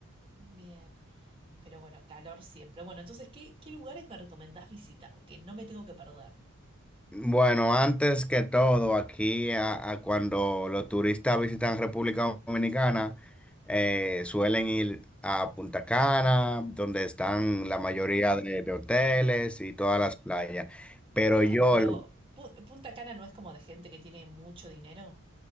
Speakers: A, on the right; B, in the centre.
A: Bien. Pero bueno, calor siempre. Bueno, entonces, ¿qué, qué lugares me recomendás visitar? Que no me tengo que perder.
B: Bueno, antes que todo, aquí a, a cuando los turistas visitan República Dominicana, eh, suelen ir a Punta Cana, donde están la mayoría de, de hoteles y todas las playas. Pero yo,
A: Claro, pero
B: lo-
A: Pu- Punta Cana no es como de gente que tiene mucho dinero.